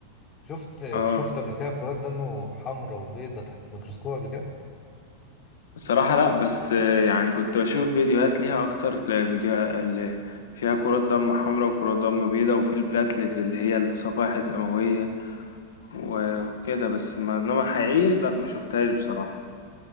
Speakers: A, on the left; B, on the left.
A: شفت
B: اه
A: شفت قبل كده كرات دم حمراء وبيضة تحت الميكروسكوب قبل كده؟
B: بصراحة لا بس آه، يعني كنت بشوف فيديوهات ليها اكتر فيديو اللي فيها كرات دم حمراء وكرات دم بيضاء وفي البلاتلت اللي هي الصفائح الدموية و- وكده بس ما انما حقيقي لا ما شفتهاش بصراحة